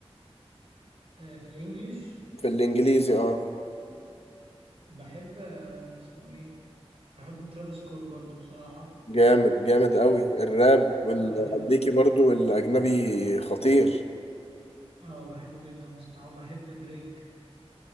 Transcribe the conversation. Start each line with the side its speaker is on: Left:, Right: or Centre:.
Right: آه، في الانجليش
Left: في الإنجليزي اه
Right: بحب آه، اسمه ايه بحب ترافيس سكوت برضو بصراحة
Left: جامد جامد قوي الراب والامريكي
Right: بحبه
Left: برضو والاجنبي خطير
Right: اه بحبه جدا بصراحة وبحب دريك